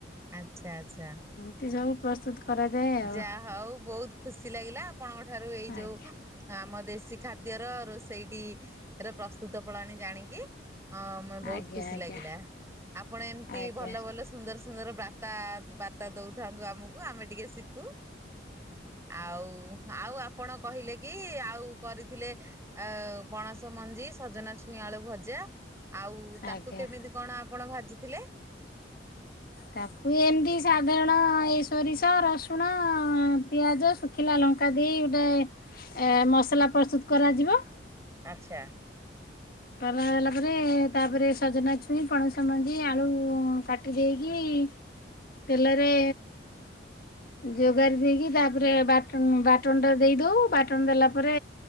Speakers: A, on the right; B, on the left.
A: ଆଚ୍ଛା ଆଚ୍ଛା।
B: ଏତେ ଯୋଉ ପ୍ରସ୍ତୁତ କରାଯାଏ ଆଉ।
A: ଯାହା ହଉ ବହୁତ ଖୁସି ଲାଗିଲା ଆପଣଙ୍କ ଠାରୁ ଏଇ ଯୋଉ
B: ଆଜ୍ଞା
A: ଆମ ଦେଶୀ ଖାଦ୍ୟର ରୋଷେଇଟି ର ପ୍ରସ୍ତୁତ ପ୍ରଣାଳୀ ଜାଣିକି। ହଁ ମୁଁ ବହୁତ୍
B: ଆଜ୍ଞା
A: ଖୁସି
B: ଆଜ୍ଞା
A: ଲାଗିଲା। ଆପଣ ଏମତି
B: ଆଜ୍ଞା
A: ଭଲ ଭଲ ସୁନ୍ଦର ସୁନ୍ଦର ପ୍ରା ତା ବାର୍ତ୍ତା ଦଉଥାନ୍ତୁ ଆମକୁ ଆମେ ଟିକେ ଶିକୁ। ଆଉ ଆଉ ଆପଣ କହିଲେ କି ଆଉ କରିଥିଲେ ଆ ପଣସ ମଞ୍ଜି ସଜନା ଛୁଇଁ ଆଳୁ ଭଜା ଆଉ ତାକୁ
B: ଆଜ୍ଞା ଆଜ୍ଞା।
A: କେମିତି କଣ ଆପଣ ଭାଜିଥିଲେ?
B: ତାକୁ ଏମିତି ସାଧାରଣ ଏ ସୋରିଷ ରସୁଣ ପିଆଜ ଶୁଖିଲା ଲଙ୍କା ଦେଇ ଗୋଟେ ଏ ମସଲା ପ୍ରସ୍ତୁତ କରାଯିବ।
A: ଆଚ୍ଛା।
B: କରାହେଲା ପରେ ତାପରେ ସଜନା ଛୁଇଁ ପଣସ ମଞ୍ଜି ଆଳୁ କାଟି ଦେଇ କି ତେଲରେ ଯୋଗାରି ଦେଇକି ତାପରେ ବାଟଣ ବାଟଣ ଟା ଦେଇଦଉ, ବାଟଣ ଦେଲା ପରେ